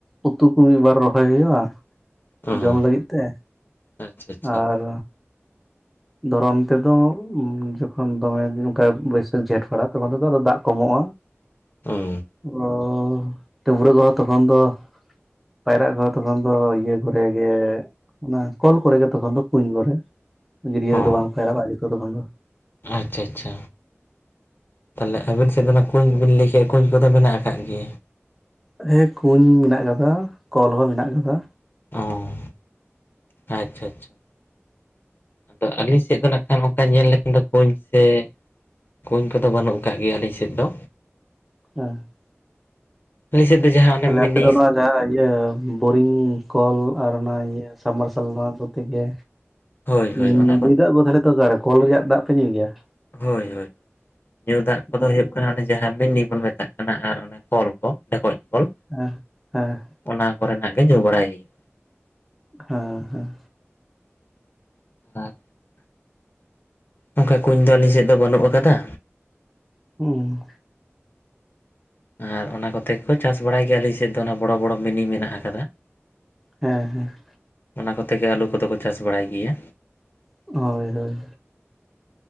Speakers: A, in the centre; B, on the left.
A: ᱩᱛᱩ ᱠᱚ ᱢᱤᱫᱵᱟᱨ ᱨᱚᱦᱚᱭ ᱦᱩᱭᱩᱜᱼᱟ,
B: ᱚ
A: ᱡᱚᱢ ᱞᱟᱹᱜᱤᱫ ᱛᱮ᱾
B: ᱟᱪᱪᱷᱟ ᱟᱪᱪᱷᱟ
A: ᱟᱨ ᱫᱷᱚᱨᱚᱱ ᱛᱮᱫᱚ ᱡᱚᱠᱷᱚᱱ ᱫᱚᱢᱮ ᱚᱱᱠᱟ ᱵᱟᱹᱭᱥᱟᱹᱠᱷ ᱡᱷᱮᱸᱴ ᱯᱟᱲᱟᱜᱼᱟ ᱛᱚᱠᱷᱚᱱ ᱛᱮᱫᱚ ᱟᱨᱚ ᱫᱟᱜ ᱠᱚᱢᱚᱜᱼᱟ᱾
B: <inaudible> <unintelligible>
A: ᱚ ᱰᱟᱹᱵᱽᱨᱟᱹ ᱠᱚ ᱛᱚᱠᱷᱚᱱ ᱫᱚ ᱯᱟᱭᱨᱟᱜ ᱠᱚ ᱛᱚᱠᱷᱚᱱ ᱫᱚ ᱤᱭᱟᱹ ᱠᱚᱨᱮ ᱜᱮ ᱚᱱᱟ ᱠᱚᱞ ᱠᱚᱨᱮ ᱜᱮ ᱛᱚᱠᱷᱚᱱ ᱫᱚ ᱠᱩᱧ ᱠᱚᱨᱮ ᱜᱟ. ᱫᱤᱭᱟᱹ
B: ᱚ
A: ᱨᱮ ᱫᱚ ᱵᱟᱝ ᱯᱷᱟᱭᱨᱟᱜᱼᱟ ᱛᱚᱠᱷᱚᱱ ᱫᱚ
B: ᱟᱪᱪᱷᱟ ᱟᱪᱪᱷᱟ ᱛᱟᱦᱞᱮ ᱟᱵᱤᱱ ᱥᱮᱫ ᱫᱚ ᱚᱱᱟ ᱠᱩᱸᱧ ᱵᱤᱱ ᱞᱟᱹᱭ ᱠᱮᱜᱼᱟ ᱠᱩᱧ ᱠᱚᱫᱚ ᱢᱮᱱᱟᱜ ᱟᱠᱟᱫ ᱜᱮᱭᱟ
A: ᱦᱮ ᱠᱩᱸᱧ ᱢᱮᱱᱟᱜ ᱟᱠᱟᱫᱟ, ᱠᱚᱞ ᱦᱚᱸ ᱢᱮᱱᱟᱜ ᱟᱠᱟᱫᱟ᱾
B: ᱚᱸᱦ ᱟᱪᱪᱷᱟ ᱟᱪᱪᱷᱟ ᱟᱫᱚ ᱟᱹᱞᱤᱧ ᱥᱮᱫ ᱫᱚ ᱱᱟᱜ ᱠᱷᱟᱱ ᱚᱱᱠᱟ ᱧᱮᱞ ᱞᱮᱠᱷᱟᱱ ᱫᱚ ᱠᱩᱧ ᱥᱮ ᱠᱩᱧ ᱠᱚᱫᱚ ᱵᱟᱹᱱᱩᱜ ᱟᱠᱟᱜ ᱜᱮᱭᱟ ᱟᱹᱞᱤᱧ ᱥᱮᱫ ᱫᱚ
A: <unintelligible>
B: ᱟᱞᱮ ᱥᱮᱫ ᱫᱚ ᱡᱟᱦᱟᱸ
A: ᱛᱟᱦᱞᱮ
B: ᱚᱱᱮ ᱢᱤᱱᱤᱥ
A: ᱟᱯᱮ ᱫᱚ ᱱᱚᱣᱟ ᱡᱟᱦᱟᱸ ᱤᱭᱟᱹ ᱵᱳᱨᱤᱝ ᱠᱚᱞ ᱟᱨ ᱚᱱᱟ ᱤᱭᱟᱹ ᱥᱟᱵᱢᱟᱨᱥᱟᱞ ᱱᱚᱣᱟ ᱠᱚᱛᱮᱜ ᱜᱮ᱾
B: ᱦᱳᱭ ᱦᱳᱭ
A: ᱦᱩᱸ
B: ᱚᱱᱟ ᱠᱚ
A: ᱧᱩᱭ ᱫᱟᱜ ᱫᱚ ᱛᱟᱦᱞᱮ ᱫᱚ ᱚᱠᱟᱨ ᱠᱚᱞ ᱨᱮᱭᱟᱜ ᱫᱟᱜ ᱯᱮ ᱧᱩᱭ ᱜᱮᱣᱟ?
B: ᱦᱳᱭ ᱦᱳᱭ ᱧᱩ ᱫᱟᱜ ᱠᱚᱫᱚ
A: ᱦᱮᱸ
B: ᱦᱩᱭᱩᱜ ᱠᱟᱱᱟ ᱚᱱᱮ ᱡᱟᱦᱟᱸ ᱢᱤᱱᱤ ᱵᱚᱱ ᱢᱮᱛᱟᱜ ᱠᱟᱱᱟ ᱟᱨ ᱚᱱᱮ ᱠᱚᱞ ᱠᱚ ᱰᱷᱮᱠᱚᱡ ᱠᱚᱞ᱾
A: ᱦᱚᱸ ᱦᱮᱸ
B: ᱚᱱᱟ ᱠᱚᱨᱮᱱᱟᱜ ᱜᱮ ᱧᱩ ᱵᱟᱲᱟᱭ ᱦᱩᱭᱩᱜᱼᱟ᱾
A: ᱦᱮᱸ ᱦᱮᱸ
B: ᱟᱨ ᱚᱱᱠᱟ ᱠᱩᱧ ᱫᱚ ᱟᱹᱞᱤᱧ ᱥᱮᱫ ᱫᱚ ᱵᱟᱹᱱᱩᱜ ᱟᱠᱟᱫᱟ᱾
A: ᱦᱩᱸ
B: ᱟᱨ ᱚᱱᱟ ᱠᱚᱛᱮ ᱠᱚ ᱪᱟᱥ ᱵᱟᱲᱟᱭ ᱜᱮᱣᱟ ᱟᱹᱞᱤᱧ ᱥᱮᱫ ᱫᱚ ᱚᱱᱟ ᱵᱚᱲᱚ ᱵᱚᱲᱚ ᱢᱤᱱᱤ ᱢᱮᱱᱟᱜ ᱟᱠᱟᱫᱟ᱾
A: ᱦᱮᱸ ᱦᱮᱸ
B: ᱚᱱᱟ ᱠᱚᱛᱮ ᱜᱮ ᱟᱹᱞᱩ ᱠᱚᱫᱚ ᱠᱚ ᱪᱟᱥ ᱵᱟᱲᱟᱭ ᱜᱮᱭᱟ
A: ᱦᱳᱭ ᱦᱳᱭ